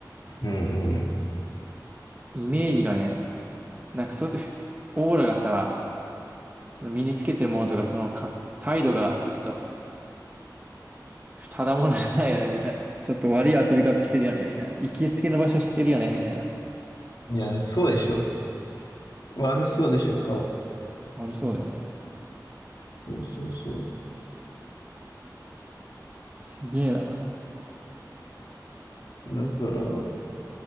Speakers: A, on the left (about 75°); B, on the right (about 20°).
A: うん
B: イメージがね、なんかちょっとふオーラがさ、その身につけてるものとか、そのか、態度がちょっと、ただものじゃないよね、みたいな。ちょっと悪い遊び方してるよね、みたいな。行きつけの場所知ってるよね、みたいな。
A: うん。いや、そうでしょ。悪そうでしょ、顔。
B: 悪そうだよね。
A: そうそうそ
B: すげえな。
A: う。だから、